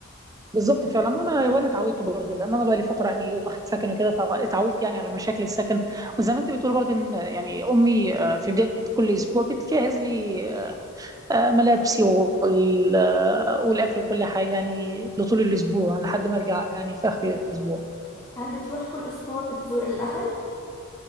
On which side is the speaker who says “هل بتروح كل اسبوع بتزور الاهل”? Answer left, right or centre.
Left